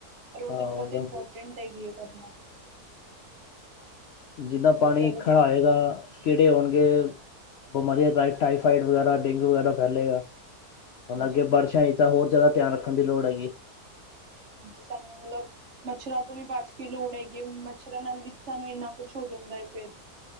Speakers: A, on the right; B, on the left.
A: ਪਰ ਉਹ
B: ਹਾਂ
A: ਤਾਂ ਬਹੁਤ
B: ਬਸ
A: ਇੰਪੋਰਟੈਂਟ ਹੈਗੀ ਹੈ ਕਰਨਾ।
B: ਜਿੱਦਾਂ ਪਾਣੀ
A: ਬੜੀ ਜ਼ਿਆਦਾ
B: ਖੜਾ
A: ਜ਼ਰੂਰੀ
B: ਹੋਏਗਾ, ਕਿਹੜੇ ਹੋਣਗੇ ਬਿਮਾਰੀਆਂ ਟਾਈਫਾਈਡ ਵਗੈਰਾ ਡੇਂਗੂ ਵਗੈਰਾ ਫੈਲੇਗਾ।
A: ਹਾਂਜੀ
B: ਹੁਣ ਅੱਗੇ
A: ਹਾਂਜੀ
B: ਬਾਰਸ਼ਾ ਹੀ ਤਾਂ ਹੋਰ ਜਿਆਦਾ ਧਿਆਨ ਰੱਖਣ ਦੀ ਲੋੜ ਹੈਗੀ।
A: ਜੀ ਸਾਨੂੰ ਮਤਲਬ ਮੱਛਰਾਂ ਤੋਂ ਵੀ ਬਚ ਕੇ ਲੋੜ ਹੈਗੀ ਐ, ਮੱਛਰਾਂ ਨਾਲ ਵੀ ਸਾਨੂੰ ਇੰਨਾ ਕੁਛ ਹੋ ਜਾਂਦਾ ਹੈ ਫੇਰ